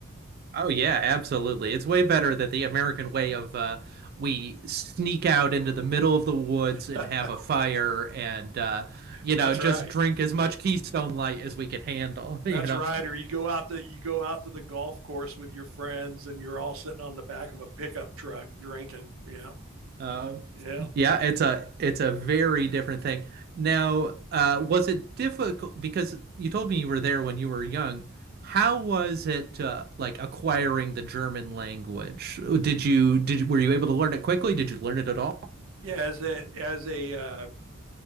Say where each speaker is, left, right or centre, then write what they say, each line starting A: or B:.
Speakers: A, on the right; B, on the right.
A: Oh yeah, absolutely. It's way better than the American way of uh, we sneak out into the middle of the woods and
B: <laughs>
A: have a fire and uh, you
B: That's
A: know just
B: right.
A: drink as much Keystone Light as we can handle.
B: That's
A: <laughs> You know,
B: right. Or you go out the, you go out to the golf course with your friends and you're all sitting on the back of a pickup truck drinking. Yeah.
A: <laughs> uh,
B: Yeah.
A: Yeah, it's a it's a very different thing. Now, uh, was it difficult because you told me you were there when you were young. How was it uh, like acquiring the German language? Did you did you- were you able to learn it quickly? Did you learn it at all?
B: Yeah. As a as a uh,